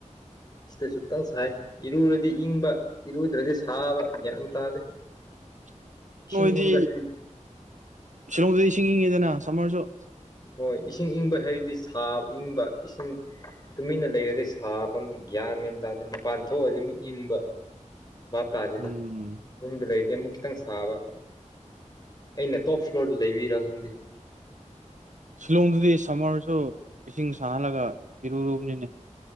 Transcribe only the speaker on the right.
<unintelligible>
ꯅꯣꯏꯗꯤ
ꯁꯤꯂꯣꯡꯗꯗꯤ ꯏꯁꯤꯡ ꯏꯪꯉꯤꯗꯅ ꯁꯝꯃꯔꯁꯨ
<inaudible>
ꯎꯝ
ꯁꯤꯂꯣꯡꯗꯗꯤ ꯁꯝꯃꯔꯁꯨ ꯏꯁꯤꯡ ꯁꯥꯍꯜꯂꯒ ꯏꯔꯨꯂꯨꯕꯅꯤꯅꯦ